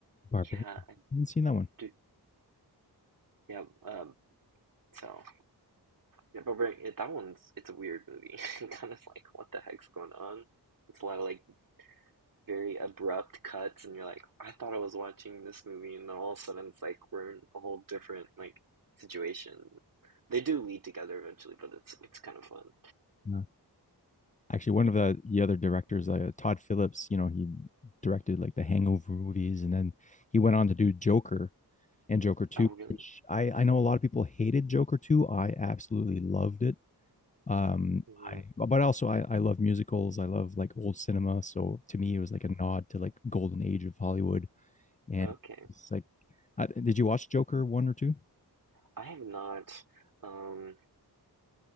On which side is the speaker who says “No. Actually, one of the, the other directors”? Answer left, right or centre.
Left